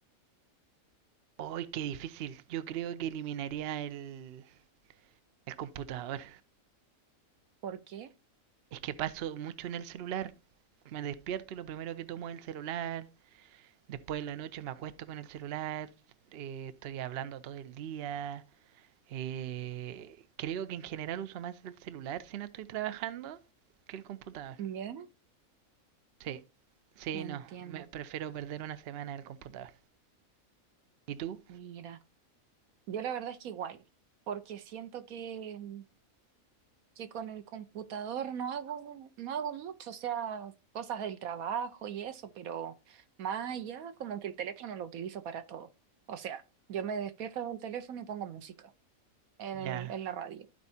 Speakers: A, on the right; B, on the right.
A: Uy, qué difícil. Yo creo que eliminaría el, el computador.
B: ¿Por qué?
A: Es que paso mucho en el celular. Me despierto y lo primero que tomo es el celular. Después en la noche me acuesto con el celular. eh, estoy hablando todo el día. eh, creo que en general uso más el celular si no estoy trabajando que el computador.
B: Ya,
A: Sí, Sí,
B: entiendo.
A: no, me prefiero perder una semana en el computador. ¿Y tú?
B: Mira, yo la verdad es que igual, porque siento que mm, que con el computador no hago, no hago mucho, o sea, cosas del trabajo y eso, pero más allá, como que el teléfono lo utilizo para todo. O sea, yo me despierto con el teléfono y pongo música en
A: Ya,
B: el- en la radio.